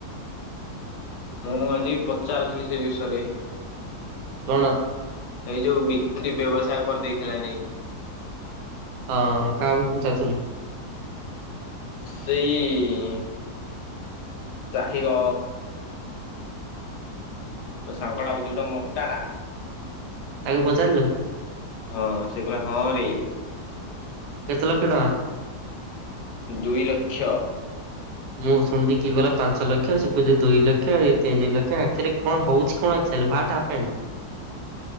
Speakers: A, on the left (about 85°); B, on the right (about 85°).
A: ମୁଁ ଆଜି ପଚାରୁଥିଲି ସେଇ ବିଷୟରେ।
B: କଣ।
A: ଏଇ ଯୋଉ ବିକ୍ରି ବ୍ୟବସାୟ କରିଦେଇଥିଲା ନାଇକି ।
B: ହଁ କାହା ବି ପଚାରୁଥିଲୁ।
A: ସେଇ। ହଁ। ସାହିର ସାଙ୍ଗଡ ହଉ ଯୋଉଟା ମୋଟା ଟା।
B: ତାଙ୍କୁ ପଚାରିଲୁ।
A: ହଁ ସେକହିଲା ହଁ ରେ।
B: କେତେ ଲକ୍ଷ ତାଙ୍କ।
A: ଦୁଇ ଲକ୍ଷ।
B: ମୁଁ ଶୁଣୁଛି କିଏ କହିଲା ପାଞ୍ଚ ଲକ୍ଷ ସେ କହୁଛି ଦୁଇ ଲକ୍ଷ ତିନି ଲକ୍ଷ ଆଖିରେ କଣ ହଉଛି କଣ ଆଖି ୱଟହାପେଣ୍ଡ ।